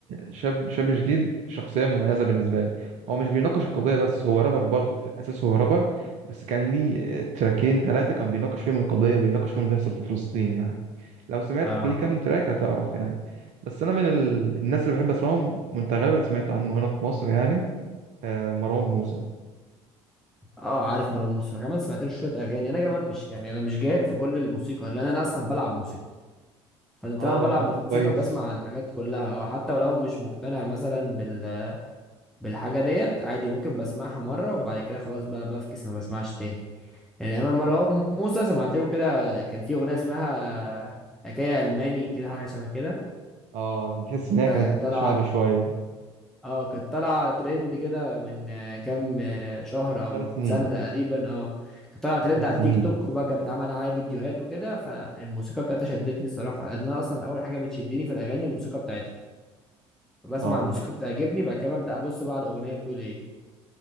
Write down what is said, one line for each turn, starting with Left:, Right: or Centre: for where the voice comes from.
Right: شاب شاب جديد شخصيه مميزه بالنسبه لي هو مش بيناقش القضيه بس هو رابر برضه في الاساس هو رابر بس كان ليه تراكين ثلاثه كان بيناقش فيهم القضيه بيناقش فيهم اللي بيحصل في فلسطين يعني لو سمعت
Centre: اه
Right: ليه كام تراك هتعرف يعني بس انا من ال... الناس اللي بحب اسمعهم وانت غالبا سمعت عنه هنا في مصر يعني آه، مروان موسى
Centre: اه عارف مروان موسى كمان سمعت له شويه اغاني انا كمان مش يعني انا مش جاهل في كل الموسيقى لان انا اصلا بلعب موسيقى فانا طالما
Right: اه
Centre: بلعب موسيقى
Right: كويس
Centre: بسمع الحاجات كلها او حتى ولو مش مقتنع مثلا بال بالحاجه ديت عادي ممكن بسمعها مره وبعد كده خلاص بقى بفكس ما بسمعش تاني يعني انا مروان موسى سمعت له كده كان في اغنيه اسمها حكايه الماني كده حاجه شبه كده
Right: اه بتحس ان هي
Centre: كانت
Right: كانت
Centre: طالعه
Right: شعبي شويه
Centre: اه كانت طالعة ترند كده من آه، كام آه، شهر او
Right: ثلاث
Centre: من
Right: سنين
Centre: سنة تقريبا اه كانت طالعة ترند
Right: ثلاث
Centre: على التيك
Right: سنين
Centre: توك وبقى كانت بتعمل عليها فيديوهات وكده فالموسيقى بتاعتها شدتني الصراحة لان انا اصلا اول حاجة بتشدني في الاغاني الموسيقى بتاعتها بسمع
Right: اه
Centre: الموسيقى بتعجبني بعد كده ببدأ ابص بقى على الاغنية بتقول ايه